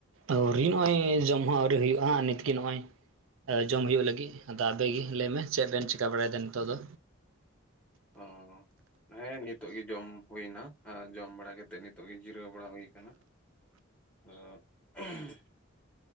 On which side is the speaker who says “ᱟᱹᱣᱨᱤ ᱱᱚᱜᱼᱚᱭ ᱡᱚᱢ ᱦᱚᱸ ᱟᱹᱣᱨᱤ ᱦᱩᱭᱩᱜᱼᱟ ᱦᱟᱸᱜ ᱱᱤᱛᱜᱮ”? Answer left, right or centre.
Right